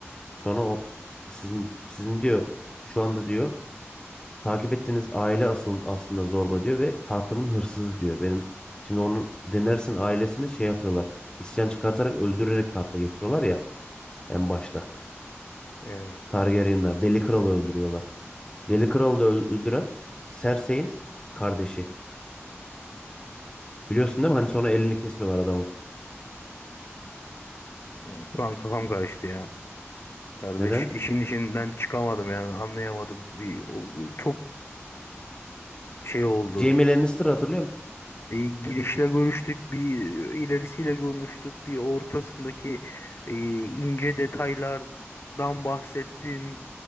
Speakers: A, on the left; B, on the left.
A: Sonra o sizin sizin diyor şu anda diyor takip ettiğiniz aile asıl aslında zorba diyor ve tahtımın hırsızı diyor. Benim şimdi onun denersin ailesine şey yapıyorlar. İsyan çıkartarak öldürerek tahta geçiyorlar ya en başta.
B: Evet.
A: Targaryenler Deli Kral'ı öldürüyorlar. Deli Kral'ı da öl- öldüren Cersei'in kardeşi. Biliyorsun değil mi? Hani sonra elini kesiyorlar adamın.
B: Şu an kafam karıştı ya. Kardeş
A: Neden?
B: işin içinden çıkamadım yani anlayamadım. Bir, o- çok şey oldu.
A: Jaime Lannister hatırlıyor musun?
B: Bir girişle görüştük, bir e, ilerisiyle görüştük, bir ortasındaki e, ince detaylardan bahsettin.